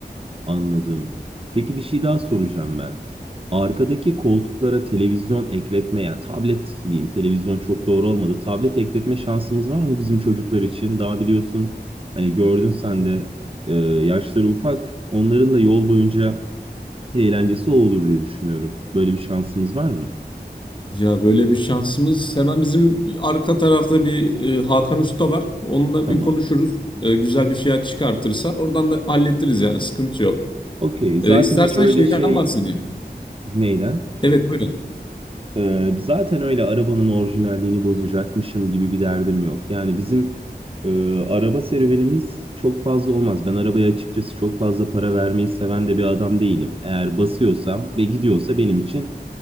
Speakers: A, on the right (about 35°); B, on the left (about 30°).
A: Anladım. Peki bir şey daha soracağım ben. Arkadaki koltuklara televizyon ekletme ya tablet diyeyim televizyon çok doğru olmadı. Tablet ekletme şansımız var mı bizim çocuklar için? Daha biliyorsun hani gördün sen de e, yaşları ufak onların da yol boyunca eğlencesi o olur diye düşünüyorum. Böyle bir şansımız var mı?
B: Ya böyle bir şansımız. Hemen bizim arka tarafta bir e, Hakan Usta var. Onunla
A: Tamam.
B: bir konuşuruz. E, güzel bir fiyat çıkartırsa oradan da hallettiririz yani sıkıntı yok.
A: Okey zaten
B: E, istersen
A: hiç öyle
B: şeyden
A: şey
B: bahsedeyim.
A: neyden?
B: Evet buyurun.
A: E, zaten öyle arabanın orijinalliğini bozacakmışım gibi bir derdim yok. Yani bizim Ee, araba serüvenimiz çok fazla olmaz. Ben arabaya açıkçası çok fazla para vermeyi seven de bir adam değilim. Eğer basıyorsam ve gidiyorsa benim için